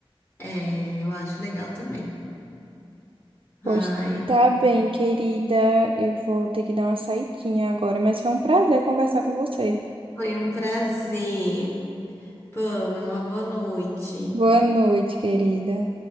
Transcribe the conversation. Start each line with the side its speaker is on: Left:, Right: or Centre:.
Left: É, eu acho legal também.
Right: Pois
Left: Ai,
Right: tá bem, querida. Eu vou ter que dar uma saidinha agora, mas foi um prazer conversar com você.
Left: foi um prazer. Pamela, uma boa noite.
Right: Boa noite, querida.